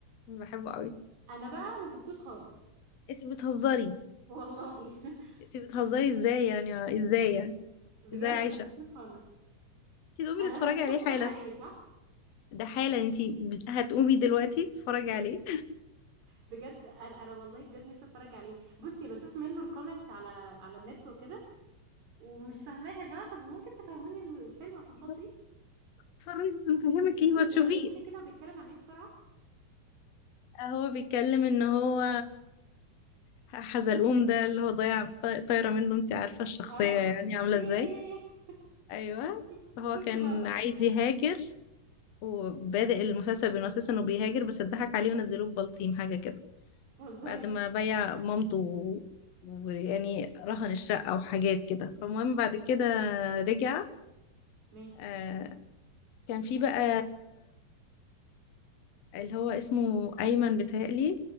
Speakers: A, on the left; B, on the right.
A: أنا بحبه قوي
B: انا بقى ما شفتوش خالص
A: انتي بتهزري
B: والله <laughs>
A: انتي بتهزري ازاي يعني آه، ازاي يعني
B: بجد
A: ازاي عايشة
B: ما شفتوش خالص
A: انتي تقومي
B: انا
A: تتفرجي
B: محتاجه
A: عليه
B: اتفرج
A: حالا
B: عليه صح
A: ده حالا انتي ب- هتقومي دلوقتي تتفرجي عليه
B: بجد انا انا والله بجد نفسي اتفرج عليه بصي بشوف منه الكوميكس على على النت وكده ومش فاهماها يا جماعه طب ممكن تفهموني الم- الفيلم عشان
A: <laughs>
B: خاطري
A: اتفرجي لازم تفهمك
B: إد- اديني
A: ليه وتشوفيه
B: يعني قولي لي كده هو بيتكلم عن ايه بسرعه
A: هو بيتكلم ان هو حزلقوم ده اللي هو ضايع طاي- طايرة منه انتي عارفة الشخصية
B: اه
A: يعني عاملة
B: <laughs> إيه.
A: ازاي ايوه
B: شفت
A: فهو
B: شفت
A: كان
B: لقطه
A: عايز
B: كده فاهمه
A: يهاجر وبادئ المسلسل بانه اساسا انه بيهاجر بس اتضحك عليه ونزلوه ببلطيم حاجة كده
B: بتهزري
A: بعد ما بيع مامته و- ويعني رهن الشقة وحاجات كده فالمهم بعد كده رجع
B: ماشي
A: آه، كان في بقى اللي هو اسمه أيمن بيتهيألي